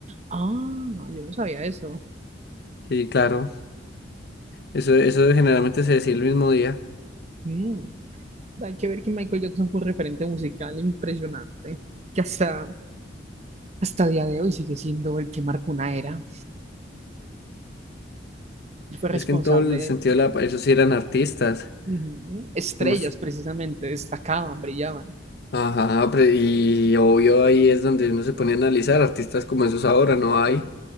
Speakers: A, on the right; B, on the left.
A: Ah, yo no sabía eso.
B: Sí, claro. Eso, eso generalmente se decía el mismo día.
A: Mm, Hay que ver que Michael Jackson fue un referente musical impresionante, que hasta, hasta día de hoy sigue siendo el que marcó una era. Él fue responsable
B: Es que en todo el
A: de
B: sentido de la... Esos sí eran artistas.
A: ujú, estrellas,
B: como
A: precisamente, destacaban, brillaban.
B: Ajá, pre- y obvio ahí es donde uno se pone a analizar artistas como esos ahora, no hay